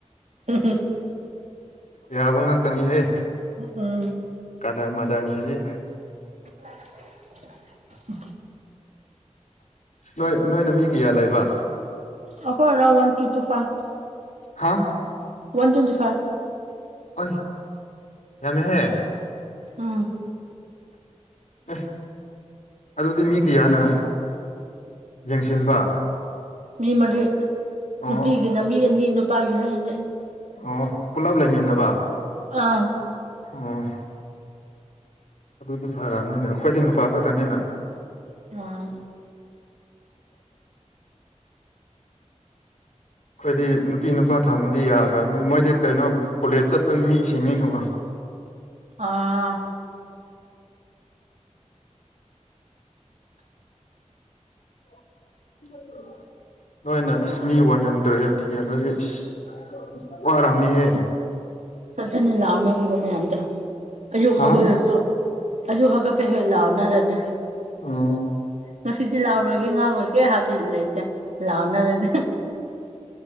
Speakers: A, on the right; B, on the left.
A: <unintelligible>
B: ꯌꯥꯕ ꯉꯥꯛꯇꯅꯤꯍꯦ
A: ꯎ ꯎꯝ
B: ꯀꯗꯥꯥꯔ ꯃꯗꯔꯁꯤꯗꯤ
A: <unintelligible>
B: ꯅꯣꯏ ꯅꯣꯏꯅ ꯃꯤ ꯀꯌꯥ ꯂꯩꯕ
A: ꯑꯩꯈꯣꯏꯔꯥꯎ ꯋꯥꯟ ꯇꯣꯟꯇꯤ ꯐꯥꯏꯚ
B: ꯍꯥꯥ
A: ꯋꯥꯟ ꯇ꯭ꯋꯦꯟꯇꯤ ꯐꯥꯏꯚ
B: ꯑ ꯌꯥꯃꯦꯍꯦ
A: ꯎꯝ
B: ꯑꯦ ꯑꯗꯨꯗꯤ ꯃꯤ ꯀꯌꯥꯅ ꯌꯦꯡꯁꯤꯟꯕ
A: ꯃꯤ ꯃꯔꯤ
B: ꯑꯣ
A: ꯅꯨꯄꯤꯒꯤꯅ ꯃꯤ ꯑꯅꯤ ꯅꯨꯄꯥꯒꯤ ꯃꯤ ꯑꯅꯤ
B: ꯑꯣ ꯄꯨꯂꯞ ꯂꯩꯃꯤꯟꯅꯕ
A: ꯑꯥ
B: ꯑꯣ ꯑꯗꯨꯗꯤ ꯐꯔꯕꯅꯤꯅꯦ ꯑꯩꯈꯣꯏꯗꯤ ꯅꯨꯄꯥ ꯈꯛꯇꯅꯤꯅ
A: ꯑꯥ
B: ꯑꯩꯈꯣꯏꯗꯤ ꯅꯨꯄꯤ ꯅꯨꯄꯥ ꯊꯝꯗꯤ ꯌꯥꯗꯕꯅꯤꯅ ꯃꯣꯏꯗꯤ ꯀꯩꯅꯣ ꯀꯣꯂꯦꯖ ꯆꯠꯄ ꯃꯤ ꯁꯤꯅꯤꯅꯀꯣ
A: ꯑꯥ
B: <inaudible> ꯅꯣꯏꯅ ꯑꯁ ꯃꯤ ꯋꯥꯟ ꯍꯟꯗ꯭ꯔꯦꯠ ꯍꯦꯟꯂꯗꯤ ꯏꯁ ꯋꯥꯔꯝꯅꯤ ꯍꯦ
A: ꯑꯗꯨꯅꯤ ꯂꯥꯎꯅꯈꯤꯕ ꯃꯌꯥꯝꯗꯣ ꯑꯌꯨꯛ
B: ꯍꯥ
A: ꯍꯧꯒꯠꯂꯁꯨ ꯑꯌꯨꯛ ꯍꯧꯒꯄꯩ ꯍꯦꯛ ꯍꯦꯛ ꯂꯥꯎꯅꯔꯤꯅꯤ
B: ꯑꯣ
A: ꯉꯁꯤꯗꯤ ꯂꯥꯎꯔꯣꯏꯒꯦ ꯉꯥꯡꯉꯣꯏꯒꯦ ꯍꯥꯏꯕ ꯂꯩꯇꯦ ꯂꯥꯎꯅꯔꯅꯤ